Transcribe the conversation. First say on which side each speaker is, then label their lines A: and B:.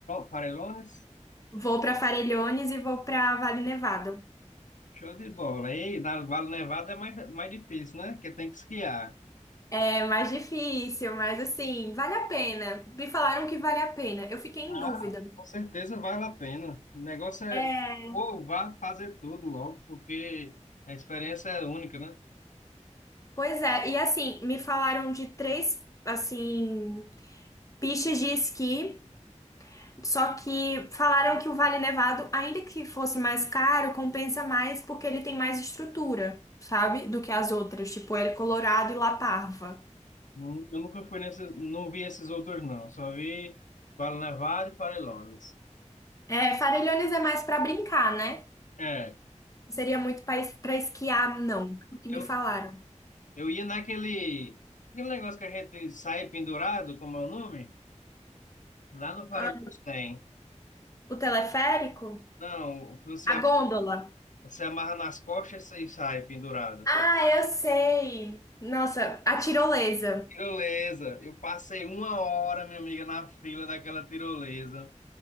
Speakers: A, on the left (about 85°); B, on the left (about 25°).
A: Farellones?
B: Vou para Farellones e vou para Vale Nevado.
A: Show de bola. Ei, na Vale Nevado é mais, mais difícil, né? Porque tem que esquiar.
B: É mais difícil, mas assim, vale a pena. Me falaram que vale a pena. Eu fiquei em
A: Ah,
B: dúvida.
A: com certeza vale a pena. O negócio é
B: É,
A: ou vá fazer tudo logo, porque a experiência é única, né?
B: Pois é, e assim, me falaram de três, assim, pistas de esqui, só que falaram que o Vale Nevado, ainda que fosse mais caro, compensa mais porque ele tem mais estrutura, sabe? Do que as outras, tipo El Colorado e La Parva.
A: Nu- Eu nunca fui nesses, não vi esses outros não. Só vi Vale Nevado e Farellones.
B: É, Farellones é mais pra brincar, né?
A: É.
B: Não seria muito pra es- pra esquiar, não, o que
A: Eu
B: me falaram.
A: Eu ia naquele, aquele negócio que a gente sai pendurado, como é o nome? Lá no Parelheiros
B: Ah,
A: tem.
B: o teleférico?
A: Não, o que você, am-
B: A gôndola.
A: você amarra nas costas e sai pendurado.
B: Ah, eu sei. Nossa, a tirolesa.
A: Tirolesa. Eu passei uma hora, minha amiga, na fila daquela tirolesa.